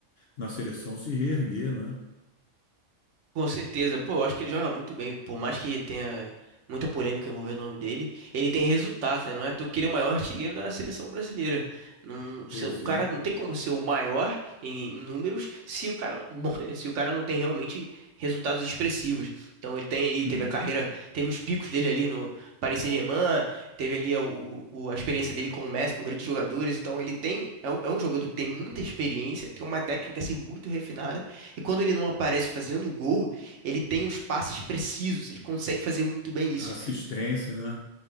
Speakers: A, on the left; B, on the right.
A: na seleção se reergueram, né?
B: Com certeza. Pô, eu acho que ele joga muito bem. Por mais que tenha muita polêmica envolvendo o nome dele, ele tem resultados, né? Não é à toa que ele é o maior artilheiro da seleção brasileira. Não, se-
A: Pois
B: o cara
A: é.
B: não tem como ser o maior em, em números se o cara, <laughs> bom, né, se o cara não tem realmente resultados expressivos. Então ele tem aí, teve
A: Uhum.
B: a carreira, teve os picos dele ali no Paris Saint-Germain, teve ali a, o- o- a experiência dele com o Messi, com grandes jogadores. Então ele tem, é um, é um jogador que tem muita experiência, tem uma técnica assim muito refinada. E quando ele não aparece fazendo gol, ele tem os passes precisos, ele consegue fazer muito bem isso.
A: Assistência, né?